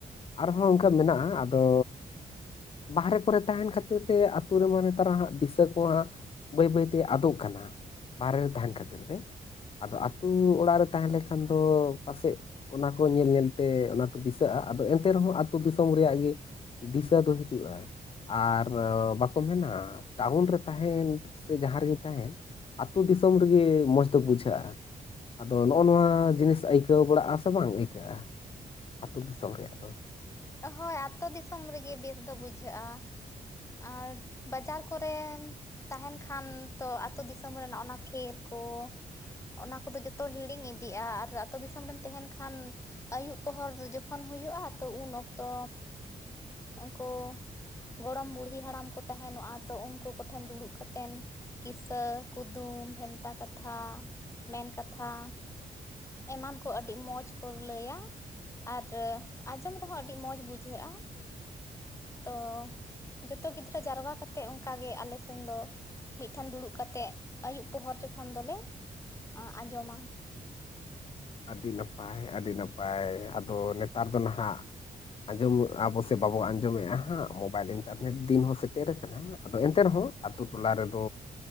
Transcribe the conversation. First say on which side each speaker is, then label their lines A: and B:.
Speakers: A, on the left; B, on the left.
A: ᱟᱨᱦᱚᱸ ᱚᱱᱠᱟ ᱢᱮᱱᱟᱜᱼᱟ ᱟᱫᱚ, ᱵᱟᱦᱨᱮ ᱠᱚᱨᱮ ᱛᱟᱦᱮᱸᱱ ᱠᱷᱟᱹᱛᱤᱨ ᱛᱮ ᱟᱛᱳ ᱨᱮᱢᱟ ᱱᱮᱛᱟᱨ ᱦᱟᱸᱜ ᱫᱤᱥᱟᱹ ᱠᱚ ᱦᱟᱸᱜ᱾ ᱵᱟᱹᱭ ᱵᱟᱹᱭᱛᱮ ᱟᱫᱚᱜ ᱠᱟᱱᱟ ᱵᱟᱦᱨᱮ ᱨᱮ ᱛᱟᱦᱮᱸᱱ ᱠᱷᱟᱹᱛᱤᱨ ᱛᱮ᱾ ᱟᱫᱚ ᱟᱛᱳ ᱚᱲᱟᱜ ᱨᱮ ᱛᱟᱦᱮᱸ ᱞᱮᱠᱷᱟᱱ ᱫᱚ ᱯᱟᱥᱮᱡ ᱚᱱᱟ ᱠᱚ ᱧᱮᱞ ᱧᱮᱞ ᱛᱮ ᱚᱱᱟ ᱠᱚ ᱫᱤᱥᱟᱹᱜᱼᱟ ᱟᱫᱚ ᱮᱱᱛᱮ ᱨᱮᱦᱚᱸ ᱟᱛᱳ ᱫᱤᱥᱚᱢ ᱨᱮᱭᱟᱜ ᱜᱮ ᱫᱤᱥᱟᱹ ᱫᱚ ᱦᱤᱡᱩᱜᱼᱟ᱾ ᱟᱨ ᱵᱟᱠᱚ ᱢᱮᱱᱟ ᱴᱟᱣᱩᱱ ᱨᱮ ᱛᱟᱦᱮᱸᱱ ᱥᱮ ᱡᱟᱦᱟᱸ ᱨᱮᱜᱮ ᱛᱟᱦᱮᱸᱱ᱾ ᱟᱛᱳ ᱫᱤᱥᱚᱢ ᱨᱮᱜᱮ ᱢᱚᱡᱽ ᱫᱚ ᱵᱩᱡᱷᱟᱹᱜᱼᱟ᱾ ᱟᱫᱚ ᱱᱚᱜᱼᱚ ᱱᱚᱣᱟ ᱡᱤᱱᱤᱥ ᱟᱹᱭᱠᱟᱹᱣ ᱵᱟᱲᱟᱜᱼᱟ ᱥᱮ ᱵᱟᱝ ᱟᱹᱭᱠᱟᱹᱜᱼᱟ? ᱟᱛᱳ ᱫᱤᱥᱚᱢ ᱨᱮᱭᱟᱜ ᱫᱚ
B: ᱦᱳᱭ ᱟᱛᱳ ᱫᱤᱥᱚᱢ ᱨᱮᱜᱮ ᱵᱮᱥ ᱫᱚ ᱵᱩᱡᱷᱟᱹᱜᱼᱟ᱾ ᱟᱨ ᱵᱟᱡᱟᱨ ᱠᱚᱨᱮᱱ ᱛᱟᱦᱮᱸᱱ ᱠᱷᱟᱱ ᱛᱚ ᱟᱛᱳ ᱫᱤᱥᱚᱢ ᱨᱮᱱᱟᱜ ᱚᱱᱟ ᱠᱷᱮᱞ ᱠᱚ, ᱚᱱᱟ ᱠᱚᱫᱚ ᱡᱚᱛᱚ ᱦᱤᱲᱤᱧ ᱤᱫᱤᱜᱼᱟ ᱟᱨ ᱟᱛᱳ ᱫᱤᱥᱚᱢ ᱨᱮᱢ ᱛᱟᱦᱮᱸᱱ ᱠᱷᱟᱱ ᱟᱹᱭᱩᱵ ᱯᱚᱦᱚᱨ ᱡᱚᱠᱷᱚᱱ ᱦᱩᱭᱩᱜᱼᱟ ᱛᱚ ᱩᱱ ᱚᱠᱛᱚ ᱩᱱᱠᱩ ᱜᱚᱲᱚᱢ ᱵᱩᱲᱦᱤ ᱦᱟᱲᱟᱢ ᱠᱚ ᱛᱟᱦᱮᱸᱱᱚᱜᱼᱟ ᱛᱚ ᱩᱱᱠᱩ ᱠᱚᱴᱷᱮᱱ ᱫᱩᱲᱩᱵ ᱠᱟ ᱠᱟᱛᱮᱱ ᱠᱤᱥᱟᱹ, ᱠᱩᱫᱩᱢ, ᱵᱷᱮᱱᱛᱟ, ᱠᱟᱛᱷᱟ ᱢᱮᱱᱠᱟᱛᱷᱟ, ᱮᱢᱟᱱ ᱠᱚ ᱟᱹᱰᱤ ᱢᱚᱸᱡᱽ ᱠᱚ ᱞᱟᱹᱭᱟ ᱟᱨ ᱟᱸᱡᱚᱢ ᱨᱮᱦᱚᱸ ᱟᱹᱰᱤ ᱟᱹᱰᱤ ᱢᱚᱸᱡᱽ ᱵᱩᱡᱷᱟᱹᱜᱼᱟ᱾ ᱛᱚ ᱡᱚᱛᱚ ᱜᱤᱫᱽᱨᱟᱹ ᱡᱟᱣᱨᱟ ᱠᱟᱛᱮᱜ ᱚᱱᱠᱟᱜᱮ ᱟᱞᱮ ᱥᱮᱱ ᱫᱚ᱾ ᱢᱤᱫ ᱴᱷᱮᱱ ᱫᱩᱲᱩᱵ ᱠᱟᱛᱮᱜ ᱟᱹᱭᱩᱵ ᱯᱚᱦᱚᱨ ᱡᱚᱠᱷᱚᱱ ᱫᱚᱞᱮ ᱟᱸᱡᱚᱢᱟ᱾
A: ᱟᱹᱰᱤ ᱱᱟᱯᱟᱭ ᱟᱹᱰᱤ ᱱᱟᱯᱟᱭ ᱟᱫᱚ ᱱᱮᱛᱟᱨ ᱫᱚ ᱱᱟᱦᱟᱜ ᱟᱸᱡᱚᱢ ᱟᱵᱚ ᱥᱮ ᱵᱟᱵᱚ ᱟᱸᱡᱚᱢᱮᱜ-ᱟ ᱦᱟᱸᱜ ᱢᱳᱵᱟᱭᱤᱞ ᱤᱱᱴᱟᱨᱱᱮᱴ ᱫᱤᱱ ᱦᱚᱸ ᱥᱮᱴᱮᱨ ᱟᱠᱟᱱᱟ᱾ ᱟᱫᱚ ᱮᱱᱛᱮ ᱨᱮᱦᱚᱸ ᱟᱛᱳ ᱴᱚᱞᱟ ᱨᱮᱫᱚ